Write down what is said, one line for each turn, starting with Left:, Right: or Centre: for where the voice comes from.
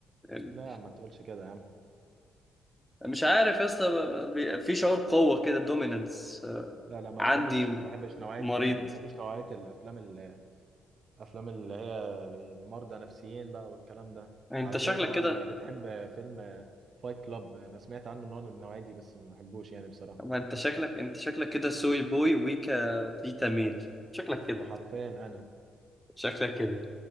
Centre: يعني
Right: لا ما تقولش كده يا عم
Centre: مش عارف يا اسطى ب- بي- في شعور قوة كده دوميننس
Right: لا لا ما
Centre: عندي
Right: بحبش ما بحبش نوعية
Centre: مريض
Right: ما بحبش نوعية الافلام ال- الافلام اللي هي مرضى نفسيين بقى والكلام ده
Centre: انت
Right: على
Centre: شكلك
Right: كده طبعا
Centre: كده
Right: بتحب فيلم فايت كلاب انا سمعت عنه ان هو من النوعية دي بس ما بحبوش يعني بصراحة
Centre: ما انت شكلك انت شكلك كده سوي بوي ويكا بيتا ميل شكلك كده
Right: ده حرفيا انا
Centre: شكلك كده